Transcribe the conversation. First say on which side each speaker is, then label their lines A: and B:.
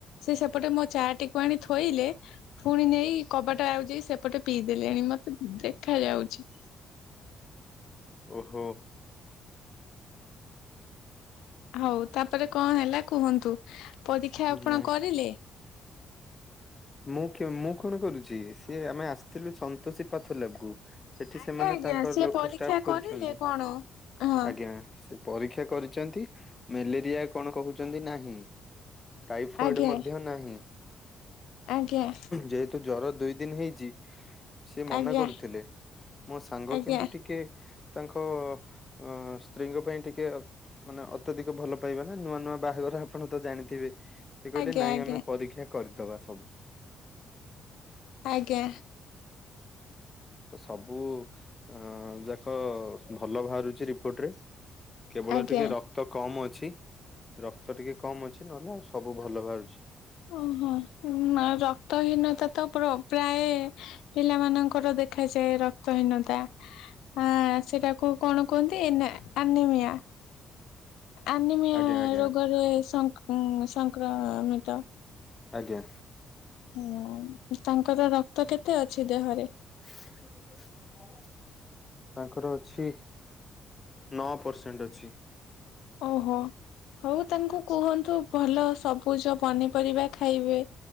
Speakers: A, on the left; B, on the left.
A: ସେ ସେପଟେ ମୋ ଚା ଟିକୁ ଆଣି ଥୋଇଲେ ପୁଣି ନେଇ କବାଟା ଆଉ ଯାଇ ସେପଟେ ପିଇ ଦେଲେଣି ମତେ ଦେଖା ଯାଉଛି।
B: ଓହୋ।
A: ହଉ ତାପରେ କଣ ହେଲା କୁହନ୍ତୁ ପରୀକ୍ଷା ଆପଣ
B: ନାଇଁ
A: କରିଲେ?
B: ମୁଁ କେ ମୁଁ କଣ କରୁଛି ସିଏ ଆମେ ଆସିଥିଲୁ ସନ୍ତୋଷୀ ପାଥଲେପ୍ କୁ। ସେଠି
A: ଆଜ୍ଞା
B: ସେମାନେ
A: ଆଜ୍ଞା
B: ତାଙ୍କର
A: ସିଏ
B: ଲୋକ
A: ପରୀକ୍ଷା
B: ଇ୍ସଟାପ୍
A: କରିଲେ
B: କରୁଛନ୍ତି
A: କଣ ହଁ
B: ଆଜ୍ଞା ସେ ପରୀକ୍ଷା କରିଛନ୍ତି ମ୍ୟାଲେରିଆ କଣ କହୁଛନ୍ତି ନାହିଁ। ଟାଇଫଏଡ଼୍
A: ଆଜ୍ଞା
B: ମଧ୍ୟ ନାହିଁ।
A: ଆଜ୍ଞା।
B: ଯେହେତୁ ଜ୍ବର ଦୁଇ ଦିନ୍ ହେଇଛି ସେ ମନା
A: ଆଜ୍ଞା
B: କରୁଥିଲେ ମୋ ସାଙ୍ଗ
A: ଆଜ୍ଞା
B: କିନ୍ତୁ ଟିକେ ତାଙ୍କ ଅ ସ୍ତ୍ରୀଙ୍କ ପାଇଁ ଟିକେ ଅପ୍ ମାନେ ଅତ୍ୟଧିକ ଭଲ ପାଇବା ନା ନୂଆ ନୂଆ ବାହାଘର ଆପଣ ତ ଜାଣିଥିବେ। ସେ କହିଲେ
A: ଆଜ୍ଞା
B: ନାଇଁ
A: ଆଜ୍ଞା
B: ଆମେ ପରୀକ୍ଷା କରିଦବା ସବୁ।
A: ଆଜ୍ଞା।
B: ତ ସବୁ ଅ ଯାକ ଭଲ ବାହାରୁଚି ରିପୋର୍ଟ ରେ। କେବଳ
A: ଆଜ୍ଞା
B: ଟିକେ ରକ୍ତ କମ ଅଛି। ରକ୍ତ ଟିକେ କମ ଅଛି ନହେଲେ ଆଉ ସବୁ ଭଲ ବାହାରୁଛି।
A: ଓହୋ ହୁ ମ ରକ୍ତହୀନତା ତ ପ୍ର ପ୍ରାୟ ପିଲାମାନଙ୍କର ଦେଖାଯାଏ ରକ୍ତହୀନତା ଆ ସେଟାକୁ କଣ କୁହନ୍ତି ଏନା ଆନିମିଆ। ଆନିମିଆ
B: ଆଜ୍ଞା ଆଜ୍ଞା
A: ରୋଗରେ ସଂକ ସଂକ୍ରମିତ।
B: ଆଜ୍ଞା।
A: ହୁଁ ତାଙ୍କର ରକ୍ତ କେତେ ଅଛି ଦେହରେ?
B: ହଁ, ତାଙ୍କର ଅଛି ନଅ ପରସେଣ୍ଟ ଅଛି।
A: ଓହୋ। ହଉ ତାଙ୍କୁ କୁହନ୍ତୁ ଭଲ ସବୁଜ ପନିପରିବା ଖାଇବେ।